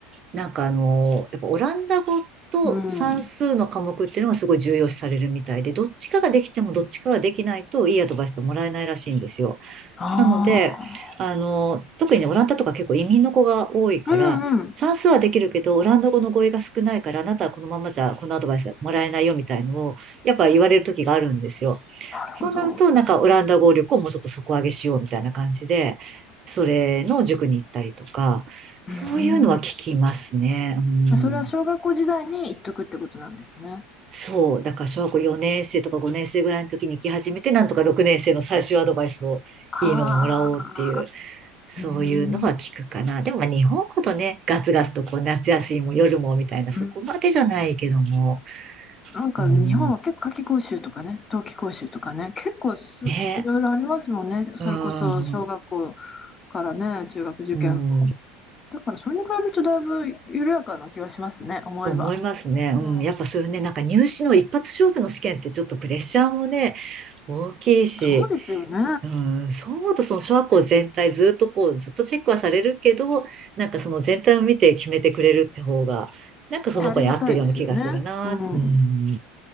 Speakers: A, on the right; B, on the left.
A: なんかあの、やっぱオランダ語と算数の科目っていうのがすごい重要視されるみたいで、
B: うん。
A: どっちかができてもどっちかができないといいアドバイスってもらえないらしいんですよ。
B: あ
A: なので、あの、特にね、オランダとか結構移民の子が多いから、
B: あ。うんうん。
A: 算数はできるけど、オランダ語の語彙が少ないから、あなたはこのままじゃこのアドバイスはもらえないよみたいのを、やっぱ言われる時があるんですよ。
B: なるほど。
A: そうなると、なんかオランダ語力をもうちょっと底上げしようみたいな感じで、それの塾に行ったりとか、
B: うん。
A: そういうのは聞きますね。うん。
B: じゃあそれは小学校時代に言っとくってことなんですね。
A: そう。だから小学校4年生とか5年生ぐらいの時に行き始めて、なんとか6年生の最終アドバイスをいいのをもらおうっていう。
B: ああ
A: そういうのは聞くかな。
B: ー、うん、
A: でもまあ日本ほどね、ガツガツとこう夏休みも夜もみたいな、そこまでじゃないけども、
B: うんなんか日本は結構夏期講習とかね、
A: うん、
B: 冬季講習とかね、結構すいろいろありますもんね、
A: ね、うん、
B: それこそ小学校からね、中学受験。
A: うん、
B: だからそれに比べるとだいぶ緩やかな気はしますね、思えば。
A: と思いますね。
B: うん、
A: うん、やっぱそういうね、なんか入試の一発勝負の試験ってちょっとプレッシャーもね、大きいし、
B: そうですよね。
A: うん、そう思うとその小学校全体ずっとこう、ずっとチェックはされるけど、なんかその全体を見て決めてくれるって方が、なんかその子に合ってるような気がするな。
B: ね、ありがたいですよね。うん。
A: うん、